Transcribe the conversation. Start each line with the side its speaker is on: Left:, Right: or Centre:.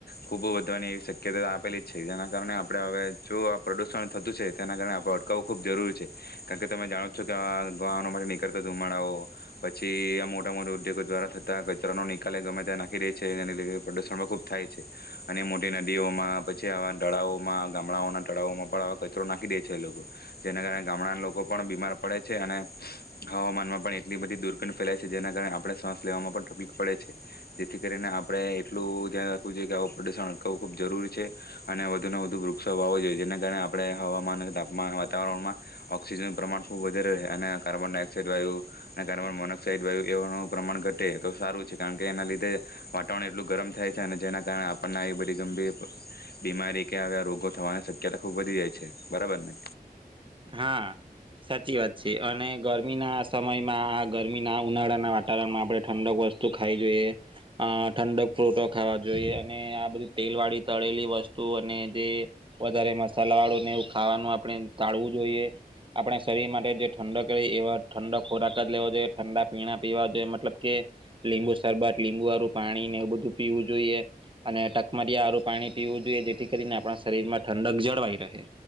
Left: ખૂબ વધવાની એવી શક્યતા આપેલી જ છે જેના કારણે આપણે હવે જો આ પ્રદુષણ થતું છે તેના કારણે આપણે અટકાવવું ખૂબ જરૂરી છે કારણ કે તમે જાણો છો કે આ વાહ માટે નીકળતા ધુમાડાઓ પછી આ મોટા મોટા ઉદ્યોગો દ્વારા થતા કચરાનો નિકાલલે ગમે ત્યાં નાખી રહી છે. લ પ્રદુષણ પણ ખૂબ થાય છે અને મોટી નદીઓમાં પછી આવા તળાવોમાં ગામડાઓના તળાવોમાં પણ આવા કચરો નાખી દે છે એ લોકો જેના કારણે ગામડાના લોકો પણ બીમાર પડે છે અને હવામાનમાં પણ એટલી બધી દુરપીન ફેલાય છે જેના કારણે આપણે શ્વાસ લેવામાં પણ તકલીફ પડે છે જેથી જે કરીને આપણે એટલું ધ્યાન રાખવું જોઈએ કે આવું પ્રદૂષણ અટકાવવું ખૂબ જરૂરી છે અને વધુને વધુ વૃક્ષો વાવો જોઈએ જેના કારણે આપણે હવામાન તાપમાન વાતાવરણમાં ઓઑક્સિજનનું પ્રમાણ ખૂબ વધારે રહે અને કાર્બન ડાયોક્સાઇડ વાયુ અને કાર્બન મોનોક્સાઇડ વાયુ એવાનું પ્રમાણ ઘટે તો સારું છે કારણ કે એના લીધે વાતાવરણ એટલું ગરમ થાય છે અને જેના કારણે આપણને એ બધી ગંભીર બીમારી કેવા રોગો થવાની શક્યતા ખુબ વધી જાય છે બરાબર ને.
Right: હા સાચી વાત છે અને ગરમીના સમયમાં આ ગરમીના ઉનાળાના વાતાવરણમાં આપણે ઠંડક વસ્તુ ખાઈ જોઈએ અ ઠંડક ફ્રૂટો ખાવા જોઈએ અને આ બધી તેલ વાળી તળેલી વસ્તુ અને જે વધારે મસાલા વાળું ને એવું ખાવાનું આપણે ટાળવું. જોઈએ આપણે શરીર માટે જે ઠંડક ર એવા ઠંડક ખોરાક જ લેવા જોઈએ ઠંડા પીણા પીવા જોઈએ મતલબ કે લીંબુ શરબત લીંબુ આરું પાણીને એવું બધું પીવું જોઈએ અને ટકમરીિયા આરું પાણી પીવું જોઈએ જેથી કરીને આપણા શરીરમાં ઠંડક જળવાઈ રહે